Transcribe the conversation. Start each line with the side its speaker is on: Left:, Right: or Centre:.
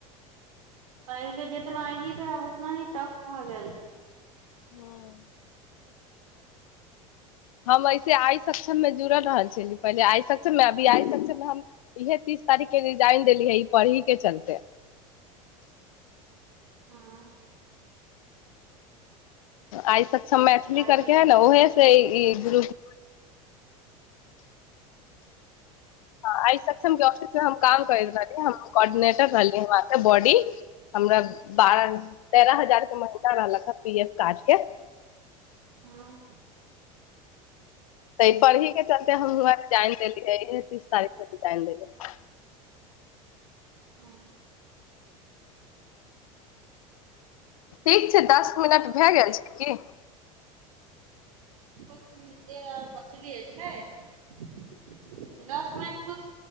Right: पहिले जितना ईजी रहै उतना ही टफ भऽ गेल छै
Left: हँ हम ऐसे आइ सक्षम मे जुड़ल रहल छल पहिले आइ सक्षम मे अभी आ सक्षम मे हम इहे तीस तारीख के रिजाइन देली है ई पढ़ी के चलते
Right: हँ
Left: आइ सक्षम मैथिली
Right: आइ
Left: करके
Right: सब
Left: हइ ने ओहेसँ ई ग्रुप ह आइ सक्षम ऑफिस मे हम काम करैत रहली कोर्डिनेटर रहली वाँ के बॉडी हमरा बारह तेरह हजार के महिला रहलक ह पी एफ कार्ड के
Right: हँ
Left: त ई पढ़ी के चलते हम जइन देलियै तीस तारीख त रीजाइन देली हन
Right: हँ
Left: ठीक छै दस मिनट भए गेल छै की
Right: बसलिय छै दस मिनट पुछ